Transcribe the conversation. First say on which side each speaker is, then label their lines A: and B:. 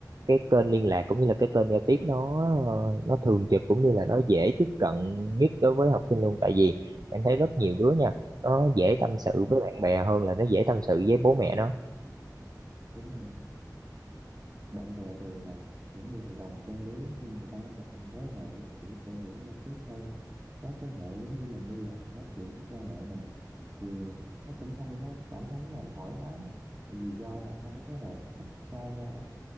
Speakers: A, on the right; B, on the right.
A: cái kênh liên lạc cũng như là cái kênh giao tiếp nó ờ, nó thường trực cũng như là nó dễ tiếp cận nhất đối với học sinh luôn tại vì em thấy rất nhiều đứa nha nó dễ tâm sự
B: ừ,
A: với bạn bè hơn là nó dễ tâm sự với bố mẹ nó
B: đúng rồi bạn bè thường là những người đồng trang lứa nhưng người ta là cùng thế hệ đó thì nó sẽ dễ giao tiếp hơn các thế hệ giống như mình bây giờ mình nói chuyện với cha mẹ mình thì nó cũng không có cảm thấy là thoải mái tại vì do là hai cái thế hệ nó cách xa nhau á,